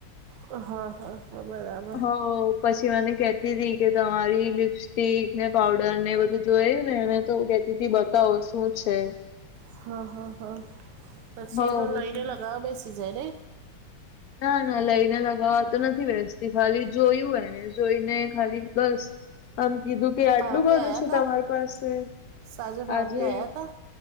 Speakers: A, on the right; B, on the left.
A: હ હ. હ બરા
B: હ પછી મને કેતી તી કે તમારી લીપ્સ સ્ટીક ને પાવડર ને એ બધું જોયું ને એ તો કતીથી બતાવો શું છે?
A: હા હં હં, પછી
B: હ
A: એ તો
B: પછી
A: લઈને લગાવો બેસી જાય ને.
B: ના ના લઈને લગાવવા તો નથી બેસતી ખાલી જોયું એણે જોઈને ખાલી બસ આમ કીધું કે આટલું
A: ભાભી
B: બધું
A: આવ્યા
B: છે
A: હતા
B: તમારી પાસે
A: સાંજે ભાભી
B: આજે
A: આવ્યા હતા